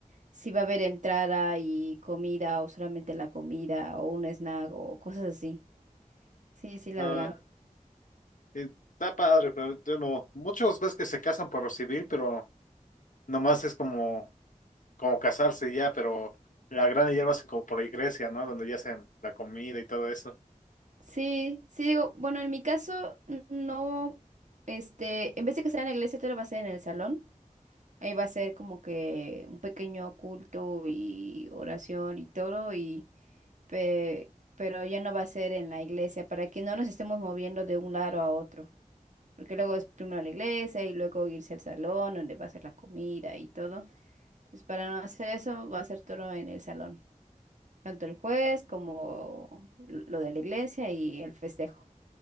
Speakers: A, on the right; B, on the left.
A: si va a haber entrada y comida o solamente la comida o un snack o cosas así. Sí, sí, la
B: no,
A: verdad.
B: y está padre, pero yo no, muchos ves que se casan por lo civil, pero nomás es como, como casarse y ya, pero la gran ya lo hacen como por la iglesia, ¿no? Donde ya hacen la comida y todo eso.
A: Sí, sí, digo, bueno, en mi caso n- no, este, en vez de que sea en la iglesia, todo va a ser en el salón. Ahí va a ser como que un pequeño culto y oración y todo, y pe- pero ya no va a ser en la iglesia para que no nos estemos moviendo de un lado a otro. Porque luego es primero la iglesia y luego irse al salón donde va a ser la comida y todo. Entonces, para no hacer eso, va a ser todo en el salón. Tanto el juez como lo de la iglesia y el festejo.